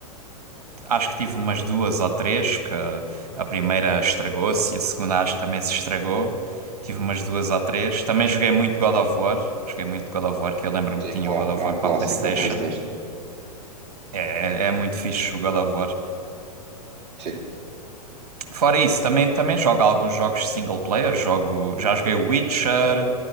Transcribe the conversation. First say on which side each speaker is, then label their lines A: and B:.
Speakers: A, on the right (about 70°); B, on the right (about 30°).
A: acho que tive umas duas ou três, que a a primeira estragou-se e a segunda acho que também se estragou. Tive umas duas ou três. Também joguei muito God of War. Joguei muito God of War, que eu lembro-me
B: sim,
A: que tinha
B: claro,
A: o God of
B: é
A: War
B: um clássico
A: para a PlayStation.
B: da PlayStation,
A: É, é muito fixe o God of War.
B: sim.
A: Fora isso, também, também jogo alguns jogos single player. Jogo, já joguei Witcher,